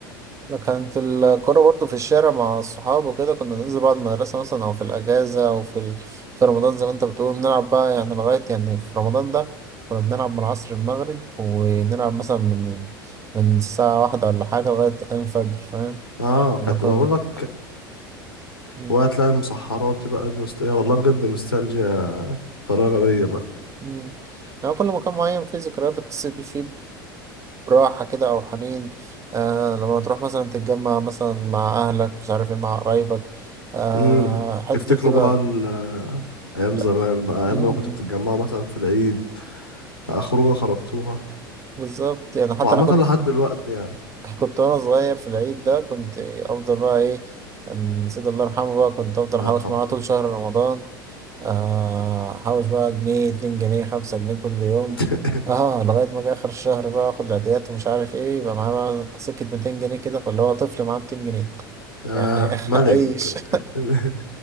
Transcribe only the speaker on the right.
أنا كانت الكرة برضو في الشارع مع الصحاب وكده كنا ننزل بعد المدرسة مثلا أو في الأجازة أو في ال... في رمضان زي ما أنت بتقول نلعب بقى يعني لغاية يعني في رمضان ده كنا بنلعب من عصر المغرب ونلعب مثلا من من الساعة واحدة ولا حاجة لغاية تاني الفجر فاهم؟
إن كنا
بن-
م-
م. يعني كل مكان معين فيه ذكريات بتحس بيه فيه براحة كده أو حنين آه لما تروح مثلا تتجمع مثلا مع أهلك مش عارف إيه مع قرايبك آه
الحتة
دي بتبقى
لا.
مم.
بالظبط يعني حتى
انا كنت
كنت وانا صغير في العيد ده كنت افضل بقى ايه كان سيد الله يرحمه بقى كنت افضل
احوش
معاه طول شهر رمضان آه، احوش بقى جنيه اتنين جنيه خمسة جنيه كل يوم
اه لغاية ما جه اخر الشهر بقى اخد العيديات ومش عارف ايه يبقى معاه بقى سكة 200 جنيه كده فاللي هو طفل معاه 200 جنيه
يعني
<laughs> عيش